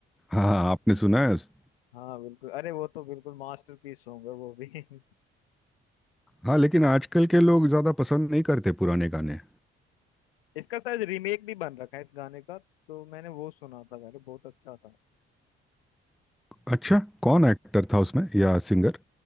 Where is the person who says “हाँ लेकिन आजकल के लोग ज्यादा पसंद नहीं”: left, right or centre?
Centre